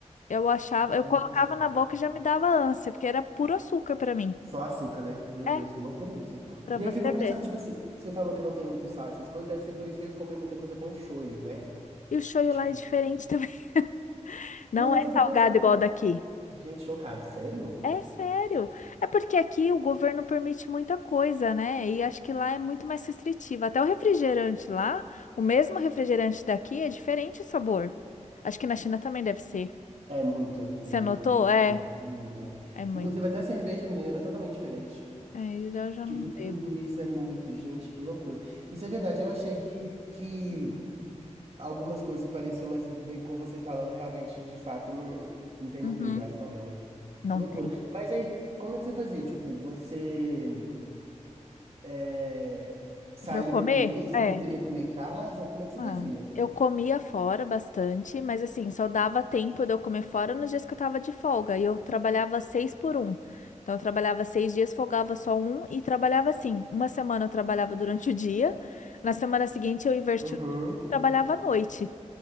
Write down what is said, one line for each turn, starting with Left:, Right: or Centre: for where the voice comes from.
Left: Eu achava, eu
Right: Gente.
Left: colocava na boca e já me dava ânsia, porque era puro açúcar pra mim.
Right: Só açúcar, né? Meu
Left: É,
Right: Deus, que loucura é isso.
Left: pra
Right: E
Left: você
Right: aí eu fico pensando,
Left: ver.
Right: tipo assim, você falou que não tem muito sal, essas coisas, deve ser por isso que eles comem muita coisa com shoyu, né?
Left: E o shoyu
Right: Tipo,
Left: lá é diferente também. <laughs> Não
Right: não, mas
Left: é
Right: eu fico
Left: salgado
Right: pensando,
Left: igual
Right: pô,
Left: daqui.
Right: gente, chocado, sério?
Left: É sério. É porque aqui o governo permite muita coisa, né? E acho que lá é muito mais restritivo. Até o refrigerante lá, o mesmo refrigerante daqui é diferente o sabor. Acho que na China também deve ser.
Right: É muito, muito,
Left: Você anotou?
Right: muito, muito,
Left: É,
Right: muito diferente. Muito.
Left: é muito.
Right: Inclusive, até a cerveja, menina, era totalmente diferente.
Left: É, eu já
Right: Tipo,
Left: não
Right: tudo
Left: bebo.
Right: isso é muito, gente, que loucura. Isso é verdade, eu achei que, que algumas coisas se pareciam, mas bem, com você falando, realmente, de fato, não, não tem muita
Left: Uhum.
Right: ligação, né?
Left: Não
Right: Que loucura.
Left: tem.
Right: Mas aí, como é que você fazia? Tipo, você é, saía
Left: Para comer?
Right: pra comer? Você
Left: É.
Right: preferia comer em casa? Como é que você
Left: Ah,
Right: fazia?
Left: eu comia fora bastante, mas assim, só dava tempo de eu comer fora nos dias que eu tava de folga. E eu trabalhava seis por um. Então, eu trabalhava seis dias, folgava só um e trabalhava assim. Uma semana eu trabalhava durante o dia, na semana seguinte eu invertia
Right: Uhum.
Left: o dia e trabalhava à noite.